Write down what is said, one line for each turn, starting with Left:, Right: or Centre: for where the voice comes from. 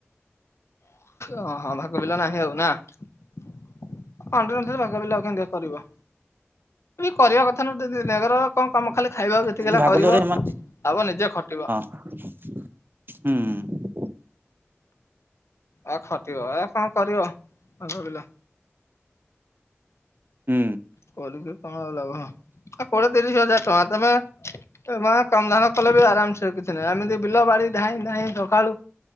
Left: ଓହଁ ଭାଗବିଲ ନାହିଁ ଆଉ ନା <unintelligible> ରେ ଭାଗ ବିଲ ଆଉ କେମିତି କରିବ କରିବା କଥା ନୁହେଁ କଣ କାମ ଖାଲି ଖାଇବାକୁ
Right: ନାହିଁ
Left: ଯେତିକିଲା
Right: ଭାଗରେ
Left: କରିବ
Right: ଏମାନେ
Left: ଆବ ନିଜେ ଖଟିବ
Right: <unintelligible> ହୁଁ
Left: ଆ ଖଟିବ ଆ କଣ କରିବିଲ
Right: ହୁଁ
Left: କରିକି କନ ଅଉ ଲାଭ? କୋଡିଏ ତିରିଶ ହଜାର ଟଙ୍କା ତମେ କମଧାନ କଲେ ବି ଆରାମସେ କୀ ଏମିତି ବିଲ ବାଡ଼ି ଧାଇଁ ଧାଇଁ ସକାଳୁ